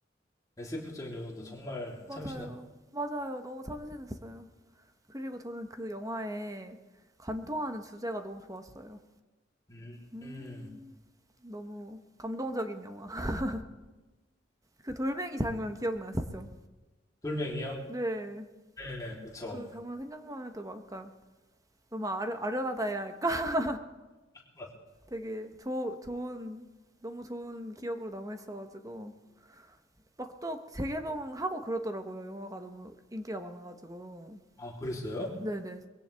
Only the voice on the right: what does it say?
맞아요.
맞아요. 너무 참신했어요. 그리고 저는 그 영화에 관통하는 주제가 너무 좋았어요.
음,
너무 감동적인 영화. <laughs> 그 돌멩이 장면 기억나시죠?
네.
그 장면 생각만 해도 막 약간 너무 아련, 아련하다 해야 할까? <laughs>
되게 조, 좋은, 너무 좋은 기억으로 남아있어가지고. 막 또 재개봉하고 그러더라고요. 영화가 너무 인기가 많아가지고.
네네.